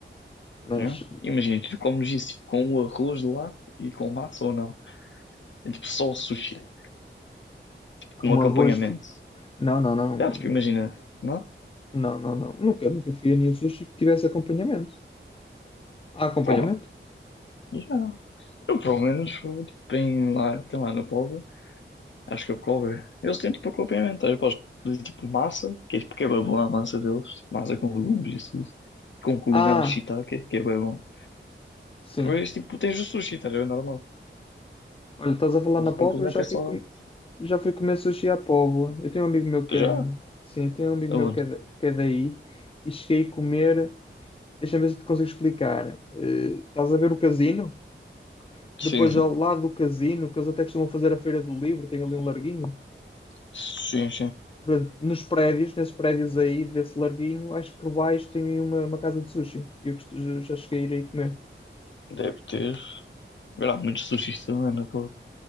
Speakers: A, on the left; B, on the left.
A: Mas
B: é. Imagina, tu comes isso tipo, com o arroz de lá e com massa ou não. É tipo só o sushi, tipo, com
A: com
B: um acompanhamento.
A: arroz. de- Não, não, não.
B: Já, tipo, imagina, não?
A: Não, não, não. Nunca, nunca fui a nenhum sushi que tivesse acompanhamento. Há acompanhamento?
B: Pô, já. Eu pelo menos fui tipo, em lá, tem lá no povo. Acho que é o Kobe. Eles têm tipo acompanhamento. tá? Eu posso pedir tipo massa, que é tipo que é bué bom a massa deles. Tipo, massa com legumes e tudo. Com cogumelos
A: Ah,
B: shiitake, que é bem bom.
A: sim.
B: Depois tipo tens o sushi, tá a ver? É Normal.
A: Olha, estás a falar
B: O
A: na
B: complemento
A: Póvoa, eu já
B: é só.
A: fui, com... já fui comer sushi à Póvoa. Eu tenho um amigo meu que
B: Já?
A: é. Sim, tenho um amigo
B: Aonde?
A: meu que é, da- que é daí e cheguei a comer. Deixa-me ver se te consigo explicar. Eh, estás a ver o casino? Depois,
B: Sim, sim.
A: ao lado do casino, que eles até costumam fazer a Feira do Livro, tem ali um larguinho.
B: Sim, sim.
A: Portanto, nos prédios, nesses prédios aí, desse larguinho, acho que por baixo tem aí uma, uma casa de sushi. E eu costu- eu já cheguei a ir aí comer.
B: Deve ter. Há muitos sushis também, não é? pô?